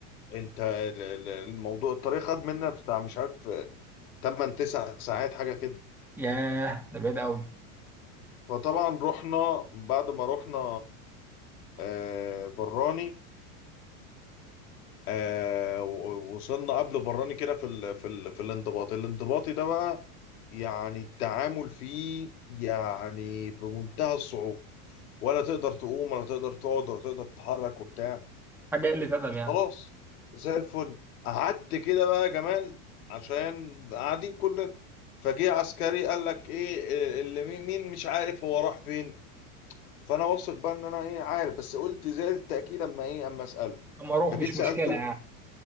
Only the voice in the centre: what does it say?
ياه ده بعيد قوي
حاجة قلة أدب
يعني
اما اروح
مش
مشكلة يعني